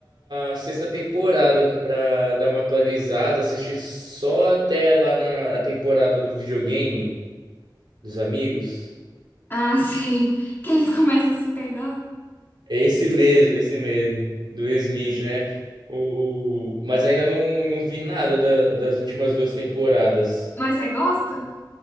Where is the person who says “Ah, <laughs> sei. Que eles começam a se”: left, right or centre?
Left